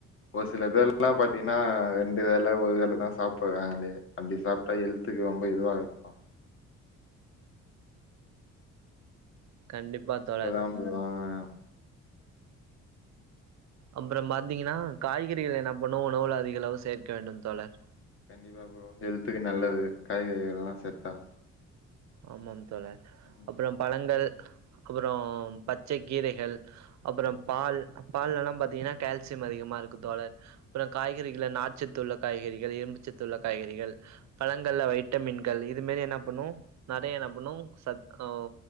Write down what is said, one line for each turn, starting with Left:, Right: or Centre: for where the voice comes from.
Left: ஒரு சில பேர் லா பாத்தீங்கன்னா ரெண்டு வேள ஒரு வேள தான் சாப்பிராங்களே அப்டி சாப்பிட்டா ஹெல்த்துக்கு ரொம்ப இதுவா இருக்கும்
Right: கண்டிப்பா தோழர்
Left: அப்டி வாயேயாம்
Right: அப்புறோ பாத்தீங்கன்னா காய்கறிகள் என்ன பண்ணு உணவுல அதிகளவு சேர்க்க வேண்டும் தோழர்
Left: கண்டிப்பா ப்ரோ ஹெல்த்துக்கு நல்லது காய்கறிகள் எல்லா சேத்தா
Right: ஆமாம் தோழர்
Left: ம்
Right: அப்புறோ பழங்கள் அப்புறோ பச்சை கீரைகள் அப்புறோ பால் பால்யெல்லா பாத்தீங்கன்னா கால்சியம் அதிகமா இருக்கு தோழர் அப்புறோற காய்கறிகள் நார்ச்சத்துள்ள காய்கறிகள் இரும்புச்சத்துள்ள காய்கறிகள் பழங்கள்ல வைட்டமின்கள் இதுமாரி என்ன பண்ணும் நெறையா என்ன பன்னும் சத் ஆ